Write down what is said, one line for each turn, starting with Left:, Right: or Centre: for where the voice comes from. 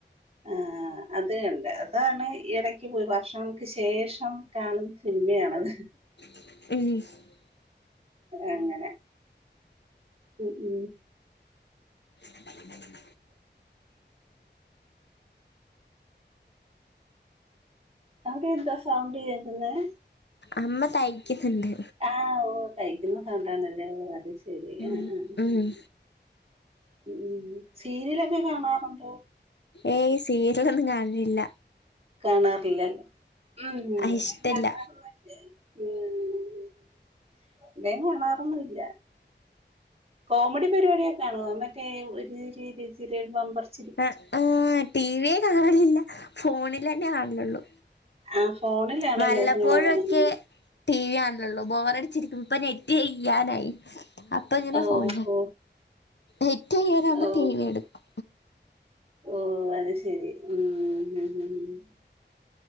Right: ആഹ അതെ എന്റെതാണ് ഇഎടക്ക് പോയ് വർഷങ്ങൾക്ക് ശേഷം കാണുന്ന സിനിമയാണത്
Left: <unintelligible>
Right: എങ്ങനെ ഉം ഉം
Left: <unintelligible>
Right: അവിടെ എന്തോ സൗണ്ട് കേക്കുന്നെ
Left: അമ്മ തയ്ക്കുന്നുണ്ട്
Right: ആഹ് ഓ തയ്ക്കുന്ന സൗണ്ടാണല്ലേ അത് ശെരി
Left: ഉം
Right: അ അ
Left: ഉം
Right: ഉം സീരിയലൊക്കെ കാണാറുണ്ടോ?
Left: ഏയ് സീരിലൊന്നും കാൺലില്ല
Right: കാണാറില്ലല്ലോ മ് ഹ്
Left: ഇഷ്ടല്ല
Right: കാണാറ്ള്ളണ്ട് വിടെയും കാണാറൊന്നുംല്ല കോമഡി പരിപാടിയൊക്കെ കാണോ അത് മറ്റേ ഒരു ചിരി ഇരു ചിരി ബമ്പർ ചി
Left: ആ ആ ടീവിയെ കാണലില്ല. ഫോണിലെന്നെ കാണലള്ളൂ
Right: ആഹ് ഫോണിലാണല്ലേ
Left: വല്ലപ്പോഴൊ
Right: സിനിമ കാണുന്നെ
Left: ഒക്കെ ട്ടി വി കാൺലൊള്ളൂ ബോറടി <unintelligible> ഇപ്പ നെറ്റ് യ്യാനായി അപ്പൊങ്ങനെ
Right: ഓ
Left: ഫോണി
Right: ഓ
Left: നെറ്റയ്യാരാവുമ്പോ
Right: ഓ
Left: ടീവി എടുക്കും
Right: ഓ അത് ശരി ഉം ഉ <unintelligible>